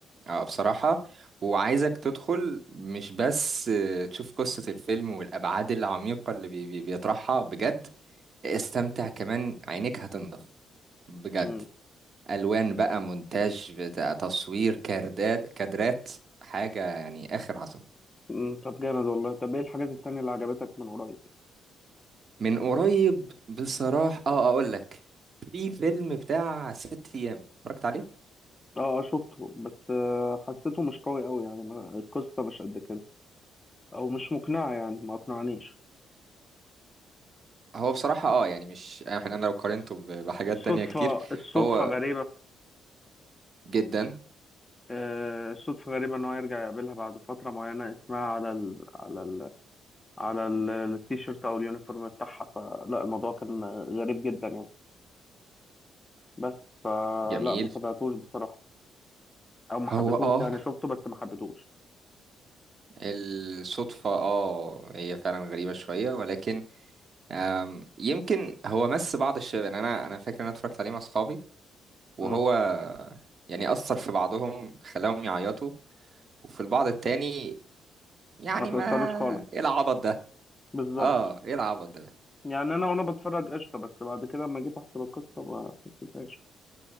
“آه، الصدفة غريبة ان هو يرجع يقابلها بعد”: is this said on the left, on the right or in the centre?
Left